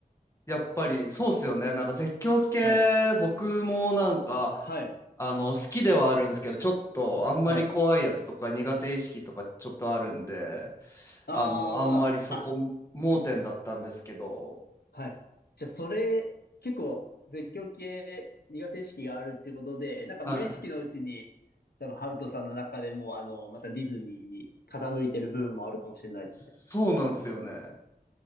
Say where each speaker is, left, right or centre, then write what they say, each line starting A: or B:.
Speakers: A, on the left; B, on the left.
A: やっぱりそうっすよね。なんか絶叫系僕もなんか
B: はい。はい。
A: あの、好きではあるんですけど、ちょっとあんまり怖いやつとか苦手意識とかちょっとあるんで、
B: はい。ああ、
A: あの、あんまりそこ盲点だったんですけど、
B: あ、はい。じゃあ、それ、結構、絶叫系苦手意識があるってことで、なんか無意識のうちに、
A: はい。
B: 多分、ハルトさんの中でも、あの、またディズニーに傾いてる部分もあるかもしれないですね。
A: そうなんですよね。